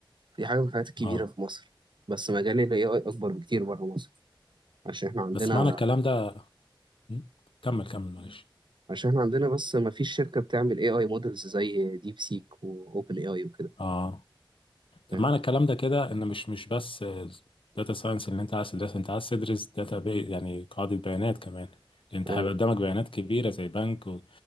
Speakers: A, on the right (about 65°); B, on the left (about 80°).
A: دي حاجه من الحاجات الكبيره
B: اه
A: في مصر بس مجال ال AI اكبر بكتير بره مصر عشان احنا عندنا
B: بس معنى الكلام ده م? كمل كمل معلش
A: عشان احنا عندنا بس ما فيش شركه بتعمل AI مودلز زي ديب سيك واوبن اي اي وكده
B: اه طب
A: فاهم؟
B: معنى الكلام ده كده ان مش مش بس داتا ساينس اللي انت عايز تدرس انت عايز تدرس داتا بي يعني قاعدة بيانات كمان لان انت
A: اه
B: هيبقى قدامك بيانات كبيرة زي بنك و-